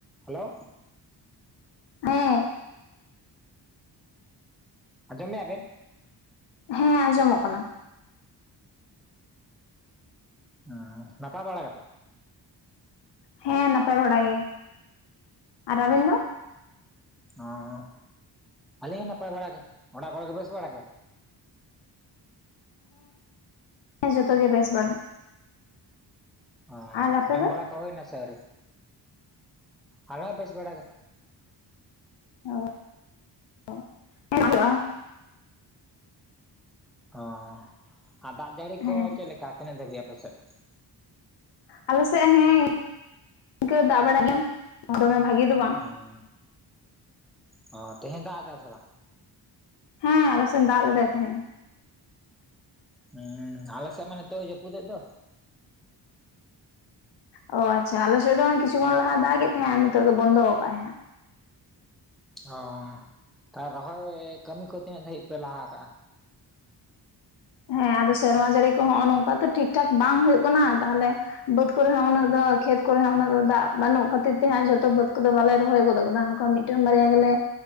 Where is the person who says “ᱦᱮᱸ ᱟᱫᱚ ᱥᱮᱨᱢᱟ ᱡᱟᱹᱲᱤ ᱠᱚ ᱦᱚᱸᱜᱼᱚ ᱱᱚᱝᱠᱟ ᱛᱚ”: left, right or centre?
Left